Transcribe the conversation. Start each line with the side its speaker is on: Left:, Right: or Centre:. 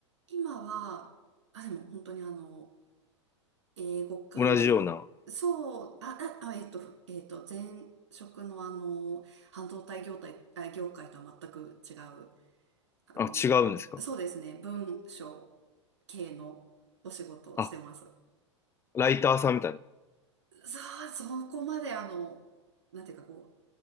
Right: 今は、あ、でも本当にあの、英語関連、
Left: 同じような。
Right: そう、あ、あ、あえっと、ふえっと、前職のあの、半導体業態、あ、業界とは全く違うあの、
Left: あ、違うんですか
Right: そうですね、文章系のお仕事をしてます。
Left: あ、ライターさんみたいな。
Right: そう、そこまであの、なんていうかこ